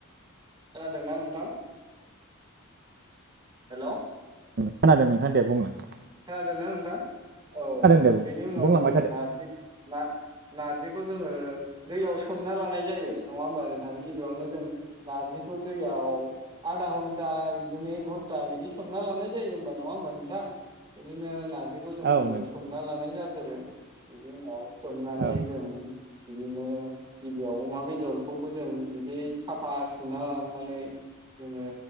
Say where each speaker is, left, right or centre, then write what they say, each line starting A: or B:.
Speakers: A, on the right; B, on the right.
A: खोनादोंना नोंथां हेलौ।
B: खोनादों नोंथां दे बुंलां।
A: खोनादों ना नोंथां। औ
B: दे बुं
A: बेनि उनाव
B: बुंलांबाय
A: जोङो
B: थादो
A: नारजि ना। नार्जिखौ जोङो दैयाव सोमना लानाय जायो नङा होमबा नोंथां गिबियावनो जों नार्जिखौ दैयाव आधा घन्टा बिदिनो एक घन्टा बिदि सोमना लानाय जायो होमबा नङा होमबा नोंथां। बिदिनो नारजि खौ जों गिबियाव
B: औ नंगौ
A: सोमना लानाय जागोन। रो बिनि उनाव। सोमनानै
B: औ
A: जों। बिदिनो गिबियाव अमा बेदर। खौबो जों बिदि। साफा सुना लानानै जोङो।